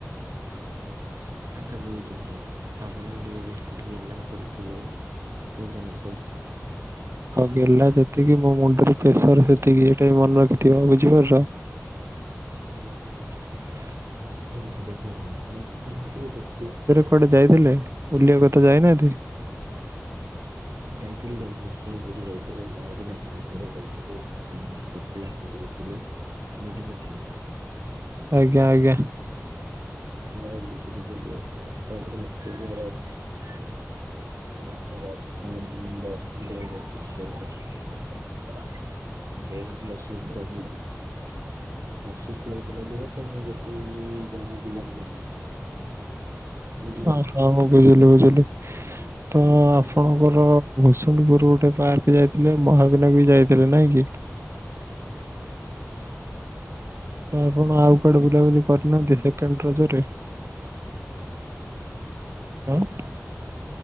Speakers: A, on the right; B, on the right.
A: ଏ ତ ବହୁତ ଭଲ ଆପଣଙ୍କୁ ଟିକେ ବେଶିକିଲା ଗେଲ୍ହା କରୁଥିବେ ବୁଝୁଛନ୍ତି <unintelligible>
B: <unintelligible> ସେତିକି ମୋ ମୁଣ୍ଡରେ ପ୍ରେସର ସେତିକି ଏଇଟା ମନେ ରଖିଥିବ ବୁଝିପାରଛ
A: ଆଜ୍ଞା <unintelligible>
B: କଆଟେ ଯାଇଥିଲେ ବୁଲିବା କତା ଯାଇନାହାନ୍ତି?
A: ଯାଇଥିଲି ଭୂଷଂପୁରୀ ଯାଇଥିଲି ମହାବିନାକ ମନ୍ଦିର ଯାଇଥିଲେ। ହଁ କପିଳାସ ଯାଇଥିଲି ବୁଝିପାରୁଛ?
B: ଆଜ୍ଞା ଆଜ୍ଞା।
A: ହଁ ଯାଇଥିଲି ବୁଲିବା ପାଇଁ ତାପରେ <unintelligible> <unintelligible> ସମତିକୁ ମୋର ଅସୁବିଧା ହେଇଥିଲା। ଦେଅର ଟିକେ ଅସୁସ୍ଥ ହେଇ ଅସୁସ୍ଥ ହେଇଥିଲା ଦେହେତ ମୁଁ ବେଶୀ ଜାଗା ବିଲାକୁ ଯାଇନଥିଲି। ବୁଝୁଛ
B: ଆଃ
A: ନା।
B: ହଁ ମୁଁ ବୁଝିଲି ବୁଝିଲି। ତ ଆପଣଙ୍କର ଭୁସୁଣ୍ଡପୁର ଗୋଟେ ପାର୍କ ଯାଇଥିଲେ ମହାବିନା ବି ଯାଇଥିଲେ ନାଇଁ କି? ତ ଆପଣ ଆଉ କୁଆଡେ ବୁଲାବୁଲି କରିନାହାନ୍ତି ସେକେଣ୍ଡ ରଜରେ?
A: ନାଇଁ ନାଇଁ।
B: <unintelligible>